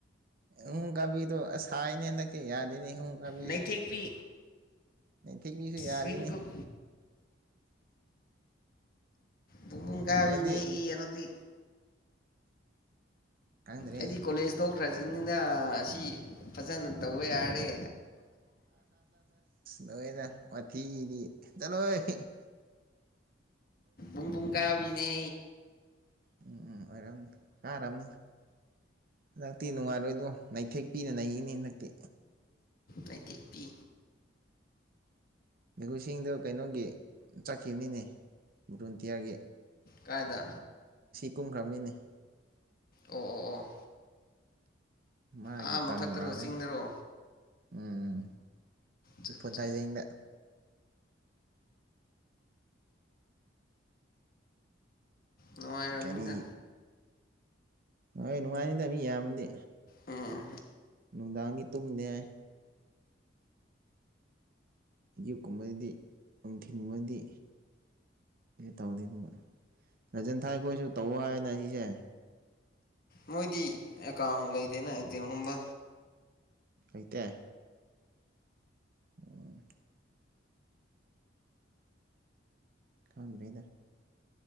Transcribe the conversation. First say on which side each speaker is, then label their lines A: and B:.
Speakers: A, on the right (about 50°); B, on the left (about 50°).
A: ꯎꯝ ꯀꯕꯤꯣ ꯑꯁꯥꯅꯦ ꯂꯛ ꯌꯥꯗꯅꯤꯨ ꯕꯤꯁꯦ
B: ꯅꯩꯊꯦꯛꯄꯤ
A: ꯅ ꯊꯤꯕꯤꯁꯨ ꯌꯥꯗꯦꯅꯦ
B: ꯁ꯭ꯋꯤꯡ ꯀꯨꯛ ꯕꯨꯡ ꯀꯥꯔꯤꯅꯦ
A: ꯀꯩꯅꯣꯗꯤ
B: ꯑꯩꯅꯛꯇꯤ
A: ꯈꯪꯗ꯭ꯔꯦ
B: ꯑꯩꯗꯤ ꯀꯣꯂꯦꯖ ꯇ ꯈ꯭ꯔꯖꯤꯅꯤꯅ ꯑꯁꯤ ꯐꯖꯅ ꯇꯧꯕ ꯌꯥꯔꯦ
A: ꯂꯣꯏꯅ ꯋꯥꯊꯤꯗꯤ ꯆꯠꯂꯣꯏ
B: ꯨꯡꯕꯨꯡ ꯀꯥꯕꯤꯅꯦ
A: ꯎꯝ ꯎꯝ ꯑꯣꯏꯔꯝꯅꯤ ꯀꯥꯔꯝꯅꯤ ꯍꯟꯗꯛꯇꯤ ꯅꯨꯡꯉꯥꯏꯔꯣꯏꯗꯣ ꯅꯩꯊꯦꯛꯄꯤꯅ ꯅꯔꯤꯅꯤ ꯍꯟꯗꯛꯇꯤ
B: ꯂꯩꯇꯦꯛꯄꯤ
A: ꯒꯨꯁꯤꯡꯗꯣ ꯀꯩꯅꯣꯒꯤ ꯆꯠꯈꯤꯕꯅꯤꯅꯦ ꯕꯨꯟꯇꯤꯌꯥꯔꯒꯤ
B: ꯀꯥꯏꯗ
A: ꯀꯨꯝꯈ꯭ꯔ ꯃꯤꯅꯤ
B: ꯑꯣ ꯑꯣ ꯑꯣ
A: ꯃꯥꯒꯤ
B: ꯑꯥ ꯃꯊꯛꯇꯔꯣ
A: ꯇꯟꯗꯥꯔꯦꯅ
B: ꯆꯤꯡꯗꯔꯣ
A: ꯎꯝ
B: ꯆꯠ
A: ꯏꯄꯣꯠ
B: ꯆꯥ
A: ꯇꯥꯏꯖꯦꯡꯗ
B: ꯅꯅꯨꯡꯉꯥꯏꯔꯗ
A: ꯀꯔꯤ ꯍꯣꯏ ꯅꯨꯡꯉꯥꯏꯅꯤꯗ ꯃꯤ ꯏꯃꯗꯤ
B: ꯎꯝ
A: ꯅꯨꯡꯗꯥꯥꯡꯅꯤ ꯇꯨꯝꯗꯦ ꯑꯌꯨꯛꯀꯨꯝꯕꯗꯤ ꯅꯨꯡꯊꯤꯤꯟꯒꯨꯝꯕꯗꯤ ꯇꯧꯗꯦ ꯑꯗꯨꯒ ꯔꯟꯖꯟ ꯊꯥꯏ ꯑꯩꯈꯣꯏꯁꯨ ꯇꯧ ꯍꯥꯏꯅ ꯁꯤꯁꯦ
B: ꯃꯣꯏꯗꯤ ꯑꯦꯀꯥꯎꯟ ꯂꯩꯗꯦꯅꯒꯨꯝꯕ
A: ꯑꯇ ꯎꯝ ꯀꯝ ꯂꯩꯗ